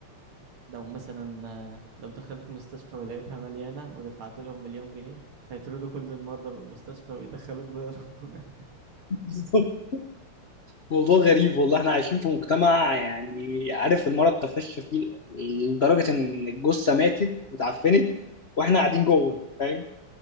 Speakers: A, on the right (about 75°); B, on the left (about 45°).
A: لو مثلا آه، لو دخلت مستشفى ولقيتها مليانة ودفعت لهم مليون جنيه هيطردوا كل المرضى من المستشفى ويدخلوك بدلهم <laughs>
B: <laughs> موضوع غريب والله احنا عايشين في مجتمع يعني عارف المرض تفشى فيه لدرجة إن الجثة ماتت واتعفنت وإحنا قاعدين جوه فاهم